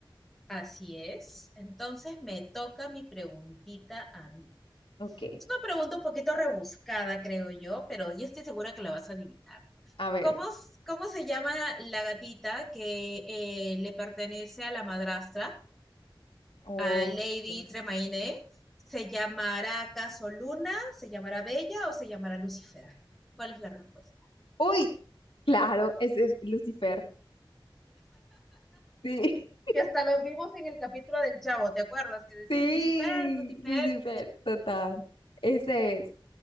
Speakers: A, in the centre; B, on the left (about 85°).
A: Así es. Entonces me toca mi preguntita a mí.
B: Ok,
A: Es una pregunta un poquito rebuscada, creo yo, pero yo estoy segura que la vas a adivinar.
B: a ver.
A: ¿Cómo, s- cómo se llama la gatita que eh, le pertenece a la madrastra,
B: Ay,
A: a Lady
B: Dios.
A: Tremaine? ¿Se llamará acaso Luna? ¿Se llamará Bella o se llamará Lucifer? ¿Cuál es la respuesta?
B: Uy, claro, ese es Lucifer. Sí,
A: Que hasta los vimos en el capítulo del Chavo, ¿te acuerdas?
B: <laughs>
A: Que decían
B: sí,
A: Lucifer, Lucifer,
B: Lucifer, total. Ese es.